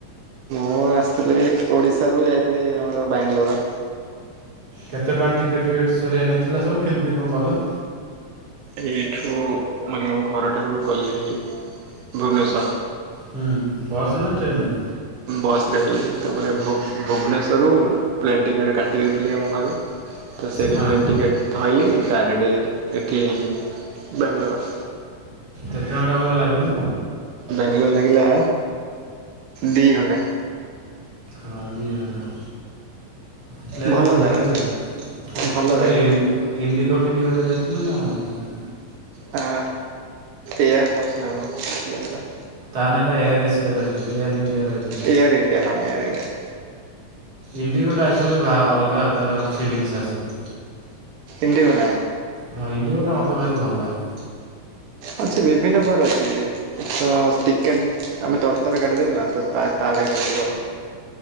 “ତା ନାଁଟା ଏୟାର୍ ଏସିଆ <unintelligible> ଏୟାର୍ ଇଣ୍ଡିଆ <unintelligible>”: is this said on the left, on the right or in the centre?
Right